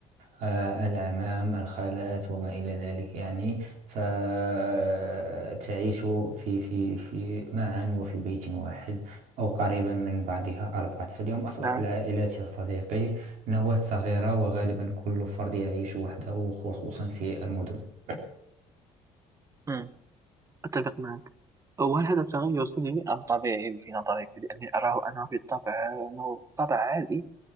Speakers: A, on the right; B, on the right.
A: آه، الأعمام الخالات وما إلى ذلك يعني فتعيش في في في معا وفي بيت واحد أو قريبا من بعضها أربعة فاليوم أصبحت
B: نعم
A: العائلات يا صديقي نواة صغيرة وغالبا كل فرد يعيش وحده خصوصا في المدن
B: مم. أتفق معك وهل هذا التغير سلبي أم طبيعي في نظرك لأني أراه أنا بالطبع أنه طبع عالي